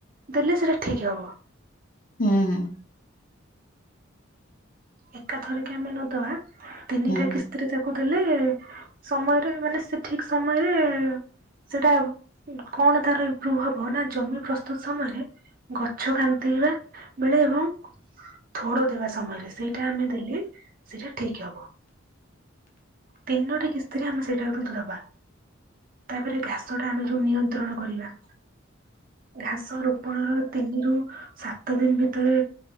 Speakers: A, on the right; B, on the left.
A: ଦେଲେ ସେଇଟା ଠିକ୍ ହବ।
B: ହୁଁ ହୁଁ।
A: ଏକାଥରକେ ଆମେ ନଦବା ତିନିଟା
B: ହୁଁ
A: କିସ୍ତିରେ ତାକୁ ଦେଲେ ସମୟରେ ମାନେ ସେ ଠିକ ସମୟରେ ସେଟା କଣ ତାର ଇମ୍ପ୍ରୁଭ ହବ ନା ଜମି ପ୍ରସ୍ତୁତ ସମୟରେ ଗଛ କାନ୍ଦେଇବା ବେଳେ ଏବଂ ଥୋଡ ଦେବା ସମୟରେ ସେଇ ଟା ଆମେ ଦେଲେ ସେଇଟା ଠିକ ହବ। ତିନୋଟି କିସ୍ତିରେ ଆମେ ସେଇଟା ଗୋଟେ ଦେବା। ତାପରେ ଘାସଟା ଆମେ ଯୋଉ ନିୟନ୍ତ୍ରଣ କରିବା। ଘାସ ରୋପଣର ତିନି ରୁ ସାତ ଦିନ ଭିତରେ